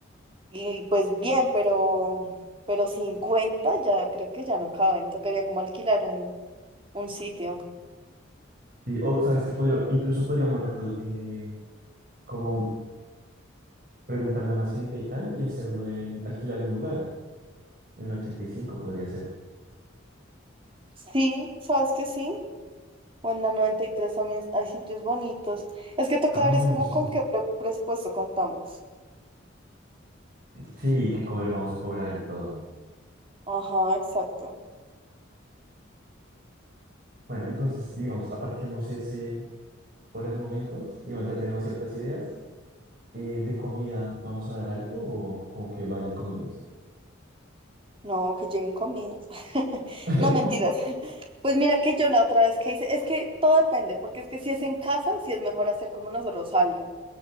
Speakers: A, on the right; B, on the right.
A: Y pues bien, pero, pero 50 ya creo que ya no caben. Tocaría como alquilar un, un sitio.
B: Y, o sabes que podría, incluso podríamos recol- eh, como preguntarle a más gente y tal, y hacerlo en alquilar un lugar. En el 85 podría ser.
A: Sí, sabes que sí. O en la 93 también hay sitios bonitos. Es que toca
B: Ah,
A: ver
B: bueno,
A: es como
B: sí.
A: con qué pre- presupuesto contamos.
B: Sí, qué cover vamos a cobrar y todo.
A: Ajá, exacto.
B: Bueno, entonces, digamos, aparquemos ese por el momento. Digamos, ya tenemos ciertas ideas. Eh, ¿de comida vamos a dar algo o como que vayan comidas?
A: No, que lleguen comidas. <laughs>
B: <laughs>
A: No, mentiras. Pues mira que yo la otra vez que hice, es que todo depende, porque es que si es en casa, si es mejor hacer como nosotros algo.